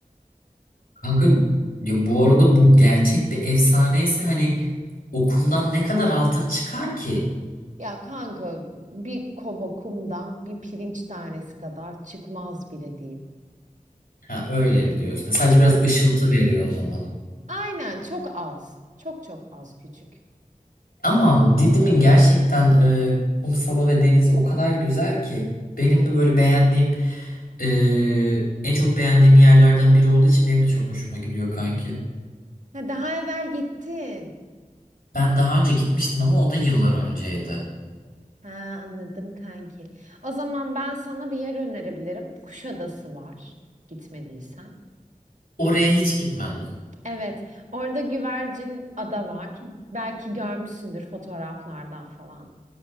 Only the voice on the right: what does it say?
Ya kanka bir kova kumdan bir pirinç tanesi kadar çıkmaz bile diyeyim.
Evet.
Aynen çok az. Çok çok az küçük.
Ha, daha evvel gittin.
Ha, anladım kanki. O zaman ben sana bir yer önerebilirim. Kuşadası var. Gitmediysen.
Evet, orada Güvercin Ada var. Belki görmüşsündür fotoğraflardan falan.